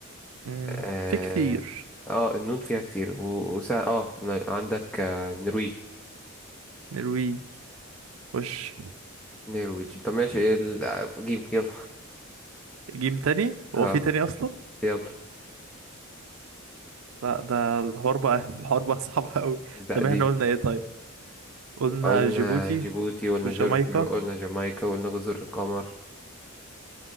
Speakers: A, on the right (about 80°); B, in the centre.
A: مم.
B: اه,
A: في كتير
B: آه النون فيها كتير و... وسا... اه ن- عندك آه نرويج
A: نرويج وش
B: نرويج طب ماشي إيه ال... آه، جيم يلا
A: جيم تاني هو
B: <laughs> اه
A: في تاني اصلا
B: يلا
A: لا ده الحوار بقى <laughs> الحوار بقى صعب قوي
B: لا
A: طب
B: دي
A: احنا
B: دي.
A: قلنا ايه طيب قلنا
B: قلنا
A: جيبوتي
B: جيبوتي قلنا
A: وجامايكا
B: جورجيا قلنا جامايكا قلنا جزر القمر